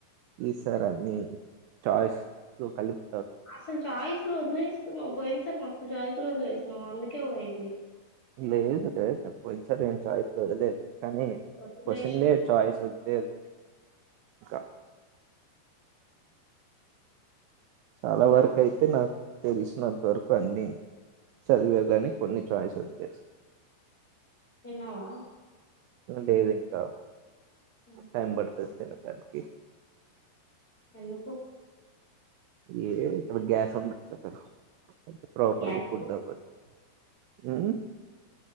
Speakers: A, on the right (about 90°); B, on the left (about 35°).
A: ఈ సార్ అన్ని చాయిస్
B: హ్మ్
A: కలిపు
B: అసలు చాయిస్ లో వదులే స్తున్నావు పోయింది సర మస్తు జాయిితిలోదిలేసన్నా్ అందుకే పోయింది
A: లేదు లేదు పోయి సర చయిస్ లేదుదు కానీ
B: వదిలేసినావు
A: క్వచన్ లే చాయిస్ వది ఇంకా చాలా
B: తిన్నావా
A: వరకు అయితే నాకు తెలిసినంత వరకు అన్నిీ చదివేగాని కొన్ని చఛాయిస్ వద్దేశం
B: తిన్నావా
A: లేదు ఇంకా
B: ఉమ్.
A: కైమ్ పడుతు తెను త్యాక
B: ఎందుకు
A: ఏ ఇక్కడ గ్యాస్ ఉండట్లే కదా ప్రాపర్గా
B: గ్యాస్
A: ఫుడ్ అవ్వద్దు అ